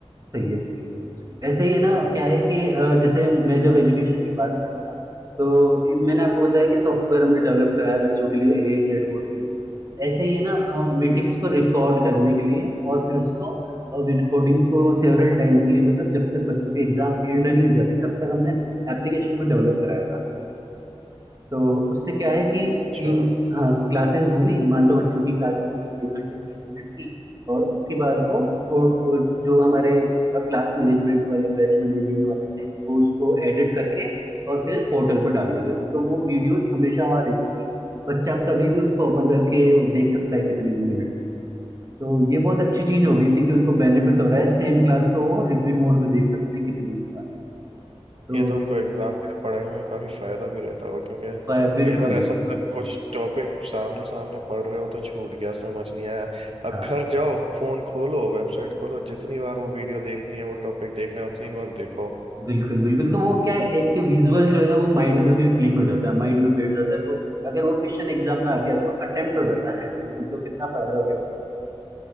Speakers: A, on the right (about 35°); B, on the right (about 70°).
A: सही है, सही है। ऐसे ही है ना
B: हाँ
A: क्या है कि अ, जैसे मैं जब एजुकेशन की बात कर रहा था तो इ- मैंने आपको बताया कि सॉफ्टवेयर हमने डेवलप कराया बच्चों के लिए एआई चैटबॉट के लिए ऐसे ही है ना मीटिंग्स को रिकॉर्ड करने के लिए और फिर उसको रिकॉर्डिंग्स को सेवरल टाइम के लिए मतलब जब तक बच्चों के एग्जाम एंड नहीं हो जाते तब तक हमने एप्लीकेशन को डेवलप कराया था तो उससे क्या है कि
B: अच्छा
A: टीम हाँ क्लासेस हुई मान लो बच्चों की क्लासेस हुई एक घंटे तीस मिनट की और उसके बाद वो
B: हम्म।
A: थो- जो हमारे क्लास मैनेजमेंट वाले बैच मैनेजमेंट वाले थे वो उसको एडिट करके और फिर पोर्टल पर डाल देते थे तो वो वीडियोस हमेशा वहाँ रहती थी बच्चा कभी भी उसको ओपन करके देख सकता है कितने भी मिनट के लिए तो ये बहुत अच्छी चीज हो गई थी कि उनको बेनिफिट हो रहा है सेम क्लास को वो रिपीट मोड में देख सकते हैं कितनी भी बार तो
B: ये तो उनको एग्जाम के लिए पढ़ाई में भी काफी फायदा भी रहता होगा क्योंकि
A: अ, बिल्कुल
B: कई बार ऐसा होता है कुछ टॉपिक सामने सामने पढ़ रहे हो तो छूट गया समझ नहीं आया अब
A: हाँ
B: घर जाओ फोन खोलो वेबसाइट खोलो जितनी बार वो वीडियो देखनी है वो टॉपिक देखना है उतनी बार देखो
A: बिल्कुल बिल्कुल तो वो क्या है एक विजुअल जो है ना वो माइंड में भी क्लिक हो जाता है माइंड में बैठ जाता है तो अगर वो क्वेश्चन एग्जाम में आ गया तो अटेम्प्ट हो जाता है हैंड टू हैंड तो कितना फायदा हो गया बच्चों को